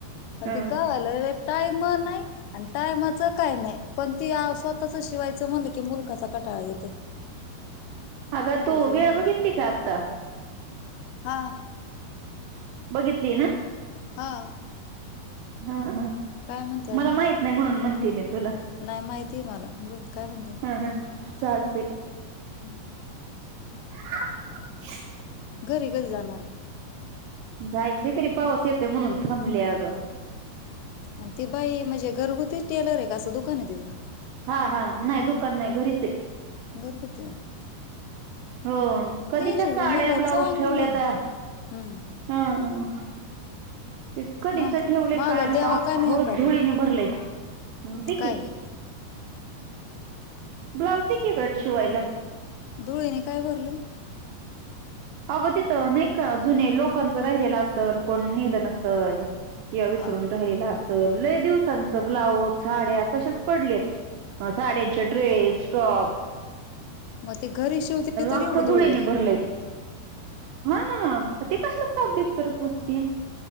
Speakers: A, on the left (about 90°); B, on the right (about 80°).
A: पण
B: हं
A: ते काय झालं टाईम नाही आणि टाईमच काय नाही पण ते स्वतःचं शिवायं म्हणले की मुलखाचा कटाळा येते.
B: अग तू
A: म्हणलं
B: वेळ बघितली
A: की
B: का आत्ता
A: हा
B: बघितली ना
A: हा
B: हा हा
A: काय म्हणते अजून
B: मला माहित नाही. म्हणून म्हणते मी तुला
A: नाही. माहितीय मला बोल काय म्हणते
B: हम हम चालतेय.
A: हम्म
B: <inaudible>
A: घरी कधी जाणार आहे
B: जायचं तरी पाऊस यायचाय म्हणून थांबले अगं
A: आणि ती बाई म्हणजे घरगुती टेलर आहे का असं दुकान आहे तिचं
B: हा हा नाही दुकान नाही घरीच आहे
A: घरगुती आहे
B: हो कधीच्या
A: तीनशे
B: साड्या
A: रुपये म्हणलं
B: ब्लाऊज
A: चांगलंय.
B: ठेवल्याता
A: हम्म.
B: ह त कधीच
A: मा
B: ठेवले
A: माझा
B: काय नको
A: द्यावा
B: अख्ख
A: का नाही एखादा
B: धुळीने भरले हम् देखकी
A: काय
B: ब्लाउज ते के करचु अहिल
A: धुळेने काय भरलंय
B: अगं तिथं नाही का जुने लोकांचं राहिलेलं असल कोण नेलं नसल किंवा विसरून
A: हा.
B: राहिलेलं असल दिवसांचं ब्लाऊज झाड तसेच पडले साड्यांचे ड्रेस टॉप
A: मग ते घरी शिवते तर
B: अख्खं
A: एवढं
B: धुळीने
A: ोळ आहे
B: भरलंय हा ना ते कसले सप्य करत बसते